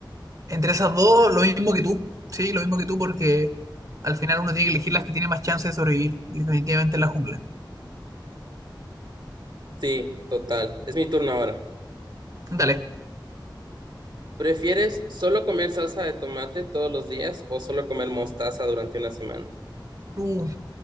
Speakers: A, on the right; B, on the right.
A: Entre esas dos, lo mismo que tú. Sí, lo mismo que tú, porque al final uno tiene que elegir las que tiene más chance de sobrevivir. Y definitivamente la jungla.
B: Sí, total. Es mi turno ahora.
A: Dale.
B: ¿Prefieres solo comer salsa de tomate todos los días o solo comer mostaza durante una semana?
A: Uh,